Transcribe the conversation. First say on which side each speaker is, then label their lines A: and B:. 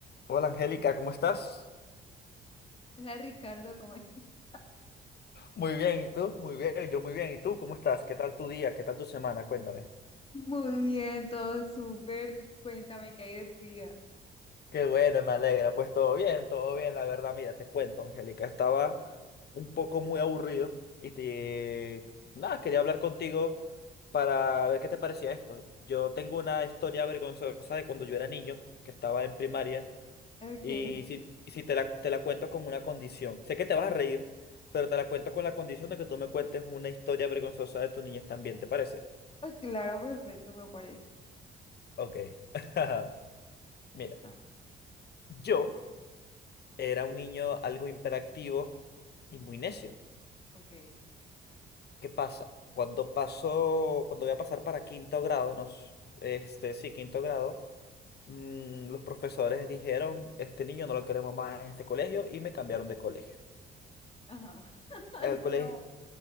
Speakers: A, on the left (about 55°); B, on the left (about 30°).
A: Hola Angélica, ¿cómo estás?
B: Hola Ricardo, ¿cómo estás?
A: Muy bien, ¿y tú? Muy bien, yo muy bien. ¿Y tú cómo estás? ¿Qué tal tu día? ¿Qué tal tu semana? Cuéntame.
B: Muy bien, todo súper. Cuéntame qué hay de tu vida.
A: Qué bueno, me alegra. Pues todo bien, todo bien, la verdad. Mira, te cuento, Angélica, estaba un poco muy aburrido y te... Nada, quería hablar contigo para ver qué te parecía esto. Yo tengo una historia vergonzosa de cuando yo era niño, que estaba en primaria.
B: Okay,
A: Y si, y si te la, te la cuento con una condición, sé que te vas a reír, pero te la cuento con la condición de que tú me cuentes una historia vergonzosa de tu niñez también, ¿te parece?
B: Ah, claro, perfecto, me parece.
A: Ok. <laughs> Mira,
B: Ah,
A: yo era un niño algo hiperactivo y muy necio.
B: ok.
A: ¿Qué pasa? Cuando paso, cuando voy a pasar para quinto grado, nos, este, sí, quinto grado, mm, los profesores dijeron, este niño no lo queremos más en este colegio y me cambiaron de colegio.
B: Ajá. <laughs> Ay,
A: El colegio
B: no.